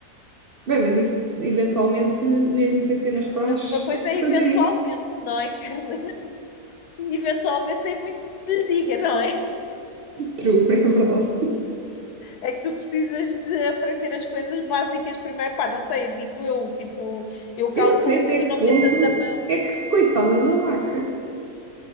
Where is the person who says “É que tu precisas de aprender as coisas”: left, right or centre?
Left